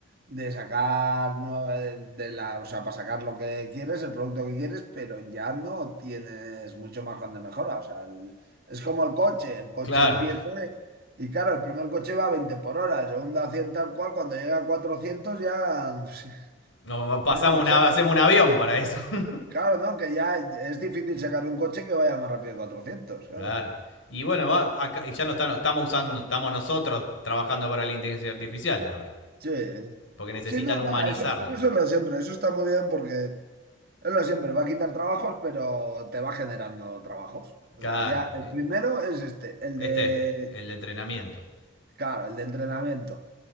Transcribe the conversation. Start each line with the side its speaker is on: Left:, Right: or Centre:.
Right: de sacar nue- eh, de la, o sea, para sacar lo que quieres, el producto que quieres, pero ya no tienes mucho margen de mejora. O sea, el- es como el coche, el coche
Left: claro.
Right: empieza y claro, el primer coche va a 20 por hora, el segundo a 100 tal cual, cuando llega a 400 ya, <laughs>
Left: No, pasamos
Right: ya no le
Left: una,
Right: saca.
Left: hacemos un avión para eso. <laughs>
Right: Claro, ¿no? Que ya es difícil sacar un coche que vaya más rápido que 400, claro.
Left: Claro. Y bueno, va, acá, y ya no están, estamos usando, estamos nosotros trabajando para la inteligencia artificial ahora.
Right: Sí,
Left: Porque necesitan
Right: sí, no,
Left: humanizarla.
Right: va, eso, pero eso es lo de siempre, eso está muy bien porque es lo de siempre, va a quitar trabajos, pero te va generando trabajos. O
Left: Claro.
Right: sea, ya el primero es este, el
Left: Este
Right: de,
Left: es el entrenamiento.
Right: claro, el de entrenamiento.